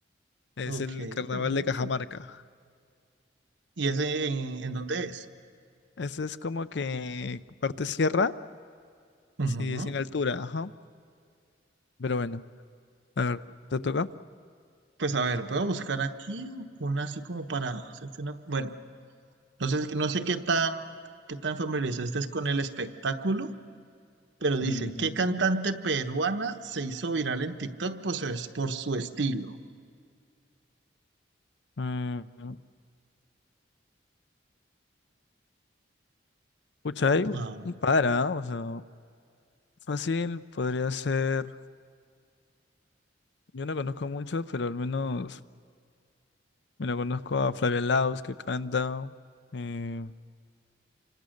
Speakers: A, on the left (about 70°); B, on the right (about 75°).
A: Es
B: Ok,
A: el carnaval
B: perfecto.
A: de Cajamarca.
B: ¿Y ese en, en dónde es?
A: Ese es como que parte sierra,
B: Ujú.
A: sí, es en altura, ajá. Pero bueno, a ver, ¿te toca?
B: Pues a ver, puedo buscar aquí una así como para hacerte una... Bueno, no sé, no sé qué tan, qué tan familiarizado estés con el espectáculo, pero dice,
A: Mm,
B: ¿qué cantante peruana se hizo viral en TikTok por su, por su estilo?
A: eh, pucha, hay
B: Ah.
A: un par, ¿ah? O sea, fácil podría ser. Yo no conozco mucho, pero al menos me lo conozco a Flavia Laos que canta. eh,